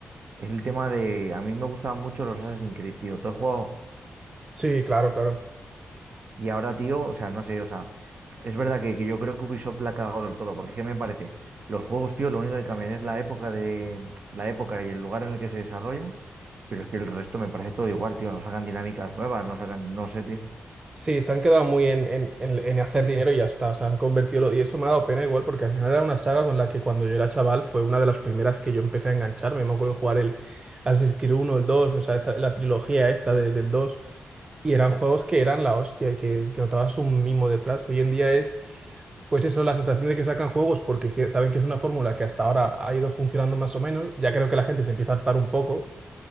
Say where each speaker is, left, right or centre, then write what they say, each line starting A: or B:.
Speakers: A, on the right; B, on the right.
A: es el tema de, a mí me gustaban mucho los Assassin's Creed, tío, todo el juego.
B: Sí, claro, claro.
A: Y ahora, tío, o sea, no sé, o sea, es verdad que, que yo creo que Ubisoft la ha cagado del todo, porque es que me parece, los juegos, tío, lo único que cambian es la época de, la época y el lugar en el que se desarrollan, pero es que el resto me parece todo igual, tío, no sacan dinámicas nuevas, no sacan, no sé, tío.
B: Sí, se han quedado muy en, en, en- en hacer dinero y ya está. o sea han convertido. lo- Y eso me ha dado pena igual, porque al final era una saga con la que cuando yo era chaval fue una de las primeras que yo empecé a engancharme. Me acuerdo jugar el Assassin's Creed uno el dos o sea, esa- la trilogía esta de- del dos Y eran juegos que eran la hostia y que, y que notabas un mimo detrás. Hoy en día es, pues eso, la sensación de que sacan juegos porque si- saben que es una fórmula que hasta ahora ha ido funcionando más o menos. Ya creo que la gente se empieza a hartar un poco,